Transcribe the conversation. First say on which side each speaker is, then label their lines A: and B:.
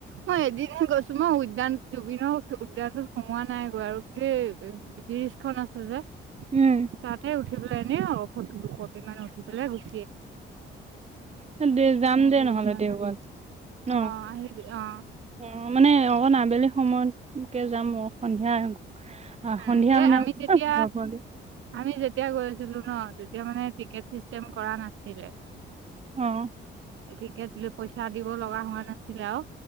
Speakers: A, on the right; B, on the right.
A: মই এদিনহে গৈছো মই উদ্যান জুবিনৰ উদ্যানটোত সোমোৱা নাই গৈ আৰু দেই। ত্ৰিশ খন আছে যে,
B: উম
A: তাতে উঠি পেলাই এনে অ শ দুশটি মান উঠি পেলাই গুচ
B: উম দে যাম
A: তেনেকে
B: দে নহ'লে
A: যোৱা
B: দেওবাৰ।
A: নাই
B: ন?
A: অ আহিবি অ।
B: অ মানে অক আবেলি সময়তকে যাম অ সন্ধিয়া। আহ
A: উম
B: সন্ধিয়া
A: সে
B: মানে
A: আমি তেতিয়া
B: ঘৰ পোৱাকে
A: আমি যেতিয়া তেতিয়া গৈ আছিলো ন তেতিয়া মানে টিকেট চিষ্টেম কৰা নাছিলে।
B: আহ।
A: এতিকে তো পইচা দিব লগা হোৱা নাছিলে আও।